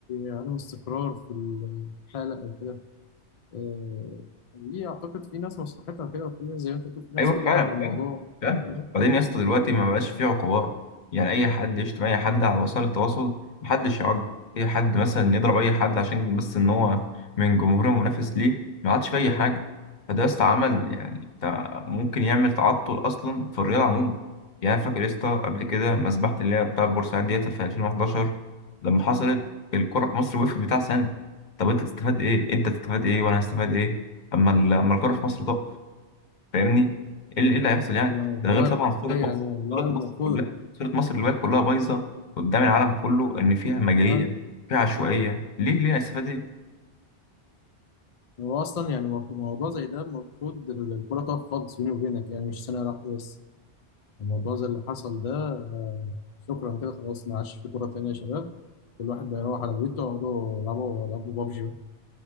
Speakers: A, on the left (about 75°); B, on the left (about 45°).
A: عدم استقرار في الحاله او كده آه، دي اعتقد في ناس مصلحتها كده وفي ناس زي ما انت بتقول في ناس
B: ايوه
A: بتدعم
B: فعلا
A: الموضوع
B: فعلا فعلا
A: آه،
B: بعدين يا اسطى دلوقتي ما بقاش فيه عقوبات يعني اي حد يشتم اي حد على وسائل التواصل محدش يعاقب اي حد مثلا يضرب اي حد عشان بس ان هو من جمهور منافس ليه ما عادش فيه اي حاجه فده يا اسطى عمل يعني تع- ممكن يعمل تعطل اصلا في الرياضه عموما يعني أنا فاكر يا اسطى قبل كده مسبحه اللي هي بتاع بورسعيد ديت في 2011 لما حصلت الكره في مصر وقفت بتاع سنه طب انت تستفاد ايه انت تستفاد ايه وانا هستفاد ايه اما ال- اما الكره في مصر تقف فاهمني ايه اللي إيه اللي هيحصل يعني
A: انا والله
B: ده غير طبعا صورة
A: يعني
B: مصر
A: والله
B: صورة
A: المفروض
B: مصر كلها صورة مصر دلوقتي كلها بايظة قدام العالم كله ان فيها همجية
A: آه،
B: فيها عشوائية ليه ليه هنستفاد ايه؟
A: هو اصلا يعني مف- موضوع زي ده المفروض ال- الكره تقف خالص بيني وبينك يعني مش سنه واحده بس الموضوع زي اللي حصل ده آه، شكرا كده خلاص ما عادش في كره تانيه يا شباب كل واحد بقى يروح على بيته يقعدوا يلعبوا يلعبوا بابجي بقى